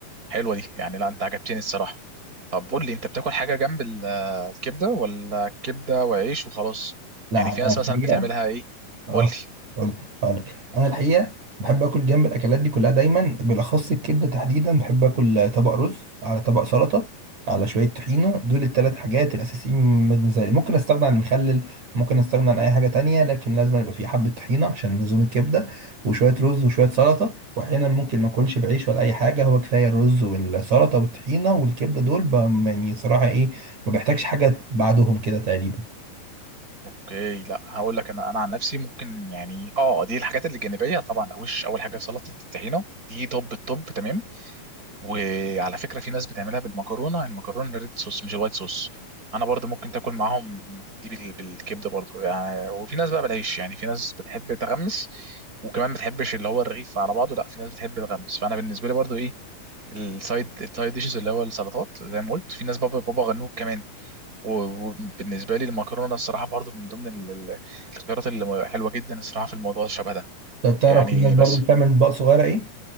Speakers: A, on the right; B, on the right.
A: حلوه دي يعني لا انت عجبتني الصراحه طب قول لي انت بتاكل حاجه جنب ال- آه، الكبده ولا كبده وعيش وخلاص
B: لا
A: يعني في ناس
B: أنا الحقيقه
A: مثلا بتعملها ايه
B: اه
A: قول لي
B: هقول هقولك انا الحقيقه بحب اكل جنب الاكلات دي كلها دايما بالاخص الكبده تحديدا بحب اكل طبق رز على طبق سلطه على شويه طحينه دول الثلاث حاجات الاساسيين بالنسبه لي ممكن استغنى عن المخلل ممكن استغنى عن اي حاجه تانية لكن لازم يبقى في حبه طحينه عشان لزوم الكبده وشويه رز وشويه سلطه واحيانا ممكن ما اكلش بعيش ولا اي حاجه هو كفايه الرز والسلطه والطحينه والكبده دول ب- يعني صراحه ايه ما بحتاجش حاجه بعدهم كده تقريبا
A: اوكي لا هقول لك انا انا عن نفسي ممكن يعني اه دي الحاجات اللي جانبيه طبعا وش اول حاجه سلطه الطحينه دي طب الطب تمام وعلى فكره في ناس بتعملها بالمكرونه المكرونه الريد صوص مش الوايت صوص انا برضو ممكن تاكل معاهم دي بال- بالكبده برضو يعني وفي ناس بقى بالعيش يعني في ناس بتحب تغمس وكمان بتحبش اللي هو الرغيف على بعضه لا في ناس بتحب تغمس فانا بالنسبه لي برضو ايه السايد السايد ديشز اللي هو السلطات زي ما قلت في ناس بابا بابا غنوج كمان و- وبالنسبه لي المكرونه الصراحه برضو من ضمن ال- ال- الخيارات اللي حلوه جدا الصراحه في الموضوع الشبه ده
B: طب تعرف
A: يعني
B: في ناس برضو
A: بس
B: بتعمل اطباق صغيره ايه